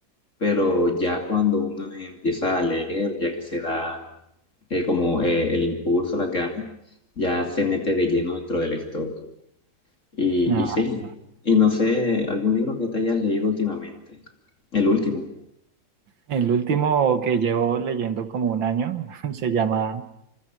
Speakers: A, on the left; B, on the right.
A: pero ya cuando uno empieza a leer, ya que se da eh, como eh, el impulso, las ganas, ya se mete de lleno dentro de la historia. Y,
B: Ah,
A: y sí, y no sé, algún libro que te hayas leído últimamente, el último.
B: el último que llevo leyendo como un año <laughs> se llama